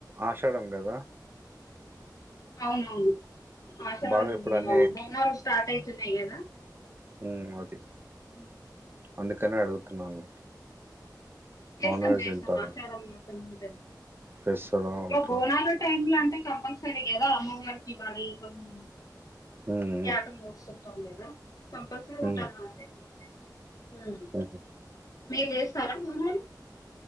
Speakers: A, on the right (about 30°); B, on the left (about 50°).
A: ఆషాఢం గద
B: అవునవును ఆషాడం
A: బాగా ఇప్పుడు
B: ఇగ
A: అన్నీ
B: బోనాలు స్టార్ట్ అయితున్నయ్ కదా
A: మ్మ్ అది
B: మ్మ్ హు
A: అందుకనే అడుగుతున్నాను
B: చేస్తం
A: నాన్ వెజ్
B: చేస్తం
A: తింటారా
B: ఆషాఢం మొత్తం ఉంటది
A: చేస్తారా
B: ఇగ
A: ఓకే
B: బోనాల టైమ్ లో అంటే కంపల్సరీ గదా అమ్మవారికి బలి ఇయ్టమూ
A: మ్మ్
B: యాటను కోస్తూ ఉంటము గదా కంపల్సరీ ఉంటాది
A: ఉమ్
B: నాన్వెజ్ మ్మ్
A: ఉమ్.
B: మీరు జేస్తారా బోనాలు